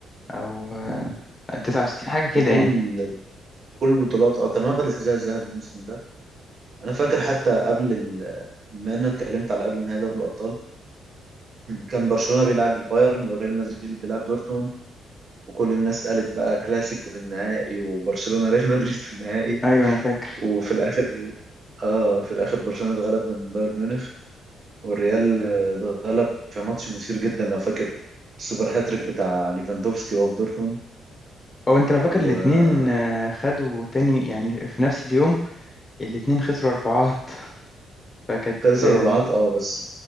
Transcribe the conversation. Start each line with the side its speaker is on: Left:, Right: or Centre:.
Left: او آه، 69 حاجة كده
Right: في كل
Left: يعني
Right: في كل البطولات اه كان واخد الحذاء الذهبي الموسم ده انا فاكر حتى قبل ال... بما انك اتكلمت على قبل نهائي دوري الابطال كان برشلونه بيلعب البايرن وريال مدريد بيلعب دورتموند وكل الناس قالت بقى كلاسيكو في النهائي وبرشلونه ريال مدريد في النهائي
Left: ايوه انا فاكر
Right: وفي الاخر اه في الاخر برشلونه اتغلب من بايرن ميونخ والريال آه، اتغلب في ماتش مثير جدا لو فاكر السوبر هاتريك بتاع ليفاندوفسكي وهو في دورتموند
Left: او انت لو فاكر
Right: وخلص
Left: الاتنين آه، خدوا تاني يعني في نفس اليوم الاتنين خسروا اربعات فكانت
Right: الرباعات
Left: آه،
Right: اه بس